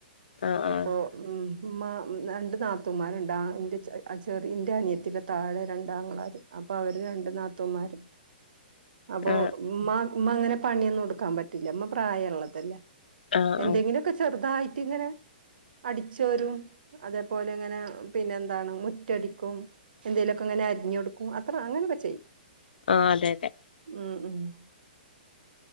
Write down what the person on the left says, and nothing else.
ആഹ് ആഹ്
ആഹ്
ആഹ്
ആ തെതെ